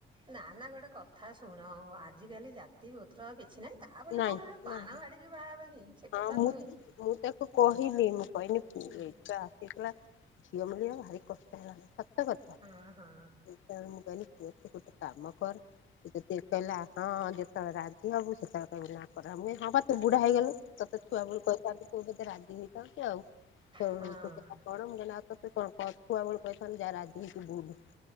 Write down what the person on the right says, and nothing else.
ନା ନା ଗୋଟେ କଥା ଶୁଣ ଆଜିକାଲି ଜାତି ଗୋତ୍ର ଆଉ କିଛି ନାହିଁ। ତା ବୋଲି
କି କଣ ସେ ପାଣ
ହାଡିକି ବାହା ହେବେ କି? ସେ କଥା
ନୁହେଁ।
ହଁ
ହଁ ହଁ
ହଁ